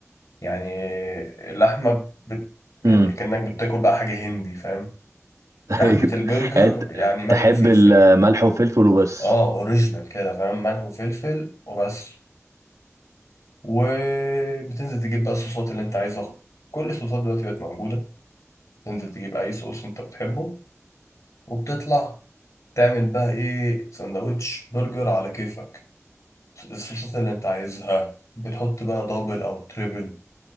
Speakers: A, on the left; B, on the right.
A: يعني اللحمه بت... يعني
B: امم
A: كأنك بتاكل بقى حاجه هندي فاهم لحمه
B: <laughs> ايوه
A: البرجر
B: أنت
A: يعني ملح
B: تحب
A: وفلفل
B: الملح وفلفل وبس
A: اه اوريجينال كده فاهم ملح وفلفل وبس وبتنزل تجيب بقى الصوصات اللي انت عايزها كل الصوصات دلوقتي بقت موجوده تنزل تجيب اي صوص انت بتحبه وبتطلع تعمل بقى ايه سندوتش برجر على كيفك الصوصات اللي انت عايزها بتحط بقى دبل او تريبل